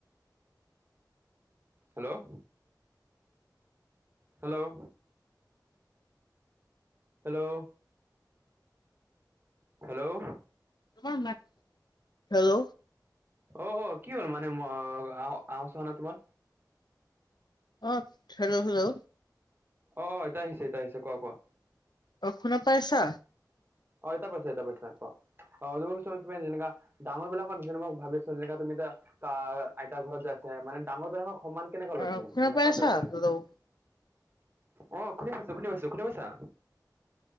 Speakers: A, on the right (about 30°); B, on the left (about 80°).
A: hello hello? Hello hello
B: <unintelligible> hello.
A: অ অ কি হ'ল মানে ম আ-আওৱাজ অহা নাই তোমাৰ?
B: অ হেল্ল' হেল্ল'।
A: অ' এতিয়া আহিছে, এতিয়া আহিছে, কোৱা কোৱা?
B: অ' শুনা পাইছা?
A: অ' এতিয়া পাইছো, এতিয়া পাইছো কোৱা। <unintelligible> যেনেকা ডাঙৰ বিলাকৰ মোক ভাবি যেনেকা তুমি এতা কা আইতাৰ ঘৰত যাই আছা, মানে ডাঙৰ বিলাকক সমান কেনেকা
B: অ
A: লয় তুমি
B: শুনা
A: যেনে
B: পাইছা
A: তাতে ধৰি
B: হেল্ল'
A: অ' শুনি পাইছো, শুনি পাইছো, শুনি পাইছা?